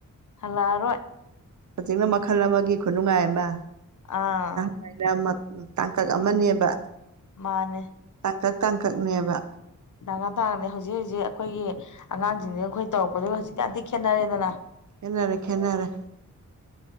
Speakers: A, on the left; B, on the right.
A: ꯍꯥꯜꯂꯥꯛ ꯑꯔꯣꯏ
B: ꯍꯨꯖꯤꯛꯅ ꯃꯈꯜ ꯑꯃꯒꯤ ꯈꯨꯅꯨꯡꯉꯥꯏ ꯑꯃ
A: ꯑꯥ
B: <unintelligible> ꯇꯥꯡꯀꯛ ꯑꯃꯅꯦꯕ
A: ꯃꯥꯅꯦ
B: ꯇꯥꯡꯀꯥꯛ ꯇꯥꯡꯀꯥꯛꯅꯦꯕ
A: ꯇꯪꯉꯥ ꯇꯥꯔꯝꯃꯦ ꯍꯧꯖꯤꯛ ꯍꯧꯖꯤꯛ ꯑꯩꯈꯣꯏꯒꯤ ꯑꯉꯥꯡꯁꯤꯡꯁꯤꯅ ꯑꯩꯈꯣꯏ ꯇꯧꯔꯛꯄꯗꯨꯒ ꯍꯧꯖꯤꯛꯀ ꯌꯥꯝꯊꯤ ꯈꯦꯠꯅꯔꯦꯗꯅ
B: ꯈꯦꯠꯅꯔꯦ ꯈꯦꯠꯅꯔꯦ